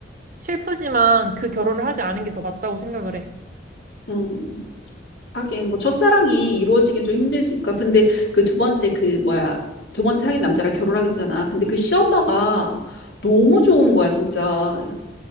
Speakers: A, on the right; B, on the left.
A: 슬프지만 그 결혼을 하지 않은 게 더 맞다고 생각을 해.
B: 음. 하긴 뭐 첫사랑이 이루어지긴 좀 힘들니까 근데 그 두 번째 그 뭐야 두 번째 사귄 남자랑 결혼하게 되잖아 근데 그 시엄마가 너무 좋은 거야 진짜